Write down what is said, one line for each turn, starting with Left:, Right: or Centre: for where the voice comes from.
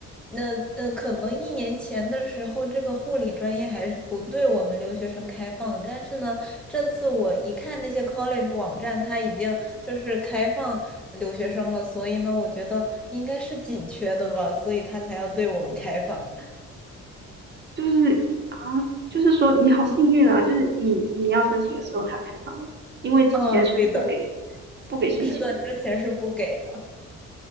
Centre: 那呃，可能一年前的时候，这个护理专业还是不对我们留学生开放的，但是呢，这次我一看那些 college 网站，它已经就是开放留学生了，所以呢，我觉得应该是紧缺的吧，所以它才要对我们开放。
Right: 就是啊，就是说你好幸运啊，就是你你要申请的时候他开放了，因为之前是不给
Centre: 嗯，对的，
Right: 不给申请。
Centre: 是的，
Right: 的。
Centre: 之前是不给的。